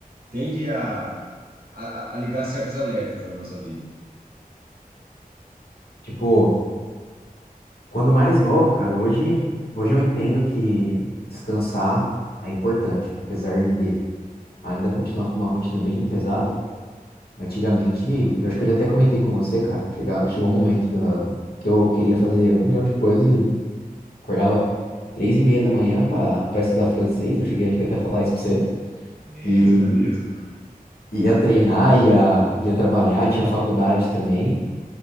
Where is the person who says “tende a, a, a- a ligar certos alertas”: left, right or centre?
Right